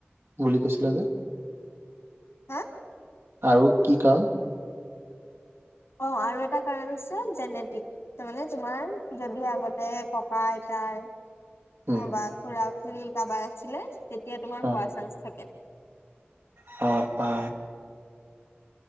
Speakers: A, on the right; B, on the left.
A: বুলি কৈছিলে যে?
B: হা
A: আৰু কি কাৰণ
B: অ আৰু এটা কাৰণ হৈছে জেনেটিক। তাৰ মানে তোমাৰ যদি আগতে ককা আইতাৰ নহবা
A: উম
B: খুড়া খুড়ী কাৰবাৰ আছিলে তেতিয়া তোমাৰ
A: অ
B: হোৱা চান্স থাকে।
A: হ পা